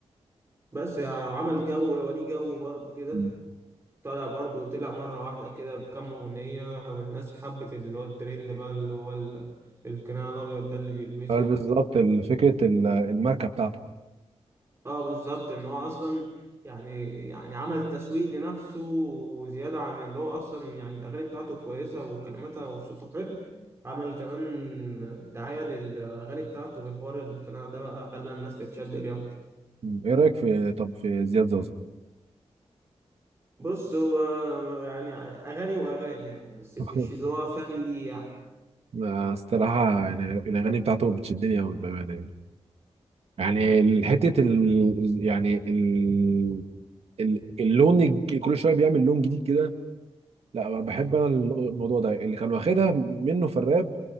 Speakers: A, on the right; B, on the right.
A: بس يعني عمل جو وليه جو برضو كده
B: مم.
A: طلع برضو طلع مرة واحدة كده بكام أغنية والناس حبت اللي هو الترند بقى اللي هو ال- القناع الأبيض ده اللي بيلبسه
B: آه، بالظبط ال- فكره ال- الماركه بتاعته
A: اه بالظبط ان هو اصلا يعني يعني عمل تسويق لنفسه وزياده عن اللي هو اصلا يعني الاغاني بتاعته كويسه وكلماتها وصوته حلو عمل كمان دعايه للاغاني بتاعته في حوار القناع ده بقى خلى الناس تتشد ليه اكتر
B: مم. ايه رايك في طب في زياد زوزو؟
A: بص هو يعني اغاني واغاني يعني بس
B: <laughs>
A: مش اللي هو فن ليه يعني
B: أنا الصراحة يعني الأغاني بتاعته بتشدني أوي بأمانة يعني يعني حتة ال يعني ال ال- اللون الج- كل شوية بيعمل لون جديد كده لا بحب أنا الموضوع ده اللي كان واخدها منه في الراب